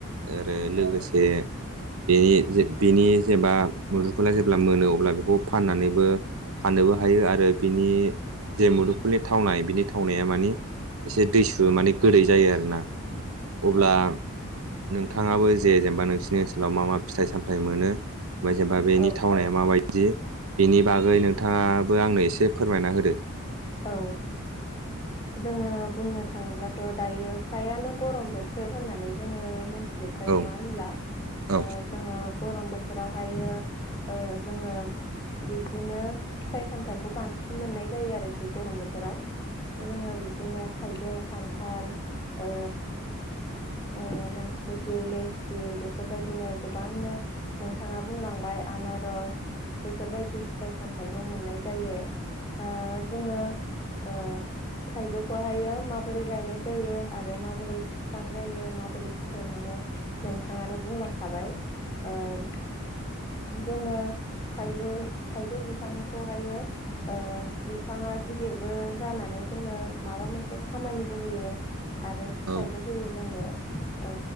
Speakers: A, on the right (about 75°); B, on the left (about 20°).
A: आरो लोगोसे बेनि बेनि जेब्ला मुदुफला जेब्ला मोनो अब्ला बेखौ फाननानैबो फाननोबो हायो आरो बिनि जे मुदुफुलनि थावनाय बिनि थावनाया मानिे एसे दैसु माने गोदै जायो आरोना। अब्ला नोंथाङाबो जे जेनेबा नोंसिनि ओनसोलाव मा मा फिथाइ सामथाय मोनो ओमफाय जेनेबा बेनि
B: औ
A: थावनाया माबायदि बि बिनि बागै नोंथाङाबो आंनो एसे फोरमायना होदो।
B: औ, जोङो बुंनो थाङोब्लाथ' दायो फिसायानो गरम बोथोर होननानै जोङो मोन जोबखायो
A: औ
B: नङा होमबा
A: औ
B: जों गर्म बो बोथोरावहायो ओ जोङो बिब्दिनो फिथाइ-सामथायाइखौ बांसिन मोननाय जायो आरोखि गरम बोथोराव
A: औ
B: जोङो बि दिनो थाइजौ खान्थाल ओ ओ ना पथि, लेसि बेफोरबायदिनो गोबांनो नोंथाङा बुंलांबाय आनारस बेफोरबायदि फिथाइ-साम थाइखौ मोननाय जायो। ओ जोङो ओ थाइजौखौहायो माबोरै गायनाय जायो आरो माबोरै बिफां जायो माबोरै फि थाइमाननो नोंथाङानो बुंलांखाबाय ओ जोङो थाइजौ थाइजौ बिफांखौहायो ओ बिफाङा गिदिरबो जानानै जोंनो माबा मोनसे खामानि बोहो आरो फिथाइबो
A: औ
B: होयो जोंनो ओ